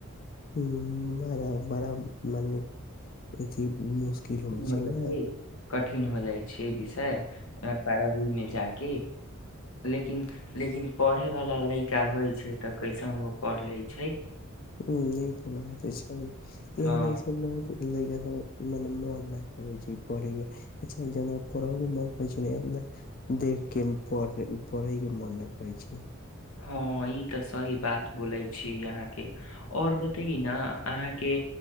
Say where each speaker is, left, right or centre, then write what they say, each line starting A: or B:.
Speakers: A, on the left; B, on the left.
A: ह्म्म-ह्म्म। बारा बारा मने एथी मुस किल होय
B: हो
A: छै
B: जेतै
A: नै।
B: कठिन हो जाय छै। के विषय ए बारहवी मे जा के लेकिन, लेकिन पढ़ेवाला लयका होय छै ते कैसनो पढ़ ले छै।
A: ह्म्म ई तऽ बाते छै। लेकिन
B: हँ
A: ओय से बहुत लयका सब के मने मोन नै करै छै पढ़ैके, अच्छा जना पढ़ौ के मन करै छै ने एना देखके पढ़े पढ़ैके मन नै करै छै।
B: हाँ ई तऽ सही बात बोलै छी अहाँके और बताई ना अहाँके